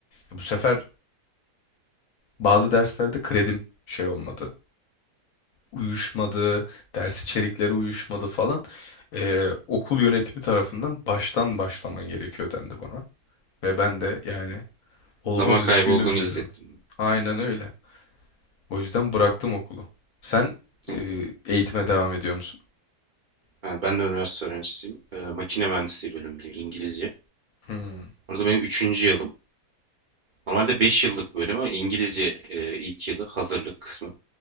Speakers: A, on the left; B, on the right.
A: Bu sefer bazı derslerde kredim şey olmadı. uyuşmadı, ders içerikleri uyuşmadı falan. Ee, okul yönetimi tarafından baştan başlaman gerekiyor dendi bana. Ve ben de yani olmaz
B: Zaman kaybı
A: üzgünüm
B: olduğunu hissettim.
A: dedim. Aynen öyle. O yüzden bıraktım okulu. Sen
B: Ya,
A: e, eğitime devam ediyor musun?
B: Yani ben de üniversite öğrencisiyim. Ee, makine mühendisliği bölümündeyim İngilizce.
A: Hmm.
B: Orada benim üçüncü yılım. Normalde 5 yıllık bölüm ama İngilizce e, ilk yılı hazırlık kısmı.